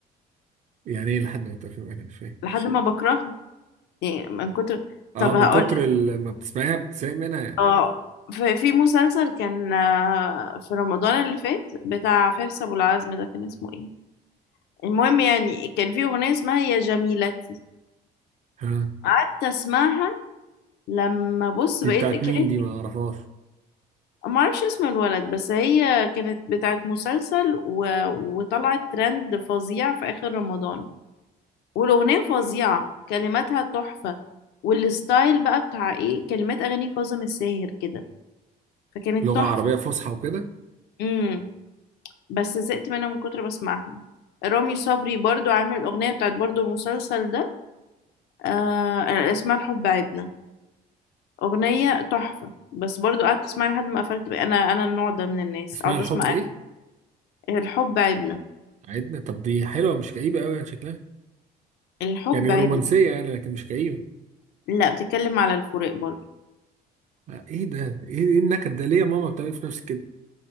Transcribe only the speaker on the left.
لحد ما بكرهها يعني من كتر
طب
هقول
اه في في مسلسل كان آه، في رمضان اللي فات بتاع فارس ابو العزم ده كان اسمه ايه المهم يعني كان في اغنيه اسمها يا جميلتي
قعدت اسمعها لما بص
بقيت
كانت
ما اعرفش اسم الولد بس هي كانت بتاعت مسلسل و... وطلعت ترند فظيع في اخر رمضان والأغنية فظيعة كلماتها تحفة والستايل بقى بتاع ايه كلمات أغاني كاظم الساهر كده فكانت
تحفة
امم بس زهقت منها من كتر بسمعها رامي صبري برضو عامل الأغنية بتاعت برضو المسلسل ده آه اسمها الحب عيبنا أغنية تحفة بس برضو قعدت اسمعها لحد ما قفلت بقى. أنا أنا النوع ده من الناس
أقعد
أسمع
الحب عيبنا
الحب
عيبنا
لا بتتكلم على الفراق برضو